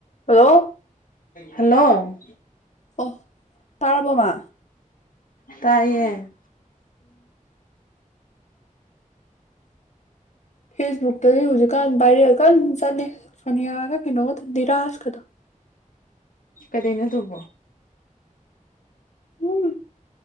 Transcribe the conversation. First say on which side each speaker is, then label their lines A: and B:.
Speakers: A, on the left; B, on the left.
A: hello
B: hello
A: ꯑꯣ ꯇꯥꯔꯔꯕꯣꯃꯥ
B: ꯇꯥꯏꯌꯦ <inaudible>
A: ꯐꯦꯁꯕꯨꯛꯇꯗꯤ ꯍꯧꯖꯤꯛꯀꯥꯟ ꯚꯥꯏꯔꯦꯜ ꯀꯥꯟ ꯆꯠꯂꯤ ꯁꯣꯅꯤꯌꯥꯒ ꯅꯣꯗ <unintelligible> ꯗꯤꯔꯥꯁ ꯀꯗꯣ
B: ꯀꯩꯗꯩꯅꯣ ꯗꯨꯕꯣ
A: ꯎꯝ